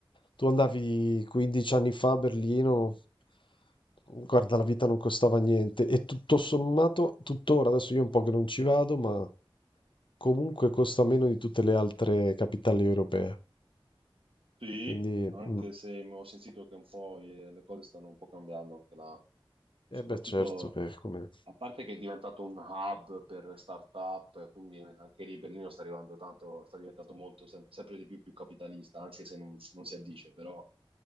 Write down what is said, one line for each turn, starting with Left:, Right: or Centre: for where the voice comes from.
Left: Tu andavi 15 anni fa a Berlino, guarda, la vita non costava niente e tutto sommato, tuttora, adesso io un po' che non ci vado, ma comunque costa meno di tutte le altre capitali europee.
Right: Sì,
Left: Quindi,
Right: anche
Left: mm.
Right: se mi ho sentito che un po' eh, le cose stanno un po' cambiando anche là. Soprattutto,
Left: Eh beh, certo, eh, come...
Right: a parte che è diventato un hub per start-up, quindi anche lì Berlino sta arrivando tanto, sta diventando molto, sempre, sempre di più, più capitalista, anche se non, non si addice, però